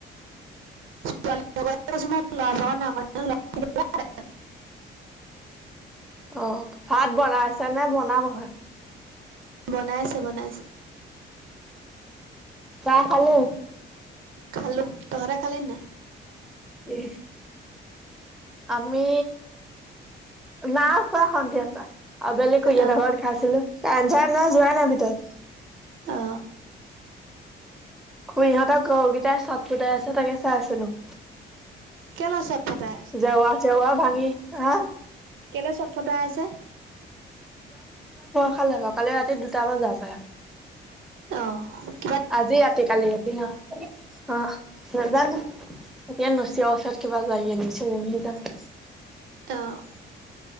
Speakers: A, on the right; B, in the centre.
A: ছোৱালী লগতহে গৈছো মই। ল'ৰা লগত নাই <unintelligible>
B: অ' ভাত বনাইছে নে বনাবহে?
A: বনাইছে, বনাইছে৷
B: চাহ খালি?
A: খালোঁ৷ তহঁতে খালি নাই?
B: কিহ? আমি, নাই খোৱা সন্ধিয়া চাহ৷ আবেলি খুৰীহঁত
A: অ
B: ঘৰত খাইছিলো৷ কাৰেণ্ট-চাৰেন্ট নাই যোৱাই নাই ভিতৰ।
A: অ
B: পুই। ইহঁত গৰুগিটাই চট ফটাই আছে তাকে চাই আছিলো।
A: কেলে চট ফটাই আছে
B: জেৱা চেৱা ভাঙি, আ।
A: কেলে চট ফটাই আছে?
B: খালে ন। কালি ৰাতি দুটা বজা পাই।
A: অহ।
B: আজি ৰাতি, কালি ৰাতি নহ, অ'। নাজানো। এতিয়া নচিৱ ওচত কিবা জাই আনিছে জনীৰ কাণে।
A: অ'।